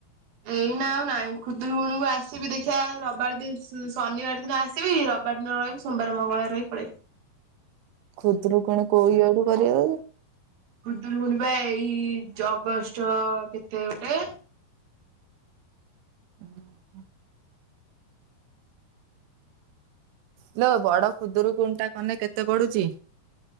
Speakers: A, on the right (about 65°); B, on the right (about 85°).
A: ଏଇନା ଆଉ ନାଇଁ ଖୁଦୁରୁକୁୁଣୀକୁ ଆସିବି ଦେଖିବା ରବିବାର ଦିନ ଶନିବାର ଦିନ ଆସିବି ରବ ବାର ଦିନ ରହିବି ସୋମବାର, ମଙ୍ଗଳବାର ରହି ପଳେଇବି।
B: ଖୁଦୁରୁକୁୁଣି କୋଉ ଇଆଡୁ କରିବକି?
A: ଖୁଦୁରୁକୁଣୀ ପା ଏଇ ଅଗଷ୍ଟ କେତେରେ ଗୋଟେ।
B: ଉ ହୁଁ ଇଲୋ ବଡ ଖୁଦୁରୁକୁଣୀ କନେ କେତେ ପଡୁଛି?